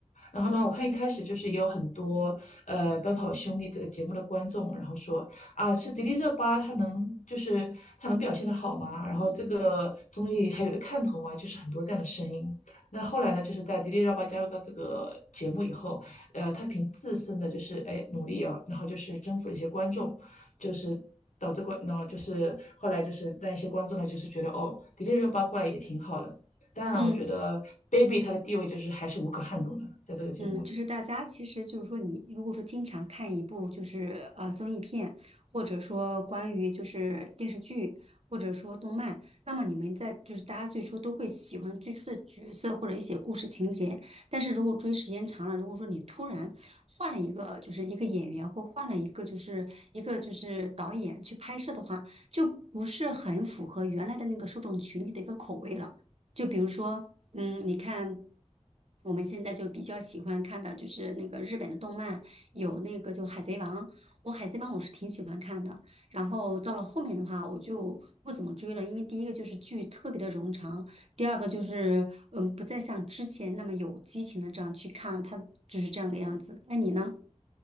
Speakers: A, on the left; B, on the right.
A: 然后呢，我看一开始就是也有很多呃《奔跑吧兄弟》这个节目的观众，然后说啊，是迪丽热巴，她能就是她能表现得好吗？然后这个综艺还有的看头吗？就是很多这样的声音。那后来呢，就是在迪丽热巴加入到这个节目以后，呃，她凭自身的就是哎努力啊，然后就是征服了一些观众，就是导致观，然后就是后来就是让一些观众呢，就是觉得哦，迪丽热巴过来也挺好的。当然，
B: 嗯，
A: 我觉得 Baby 他的地位就是还是无可撼动的，在这个节目里。
B: 嗯，就是大家其实就是说你，如果说经常看一部就是呃综艺片，或者说关于就是电视剧，或者说动漫，那么你们在就是大家最初都会喜欢最初的角色或者一些故事情节，但是如果追时间长了，如果说你突然换了一个就是一个演员或换了一个就是一个就是导演去拍摄的话，就不是很符合原来的那个受众群体的一个口味了。就比如说，嗯，你看，我们现在就比较喜欢看的就是那个日本的动漫，有那个就《海贼王》，我《海贼王》我是挺喜欢看的。然后到了后面的话，我就不怎么追了，因为第一个就是剧特别的冗长，第二个就是嗯，不再像之前那么有激情的这样去看了，它就是这样的样子。那你呢？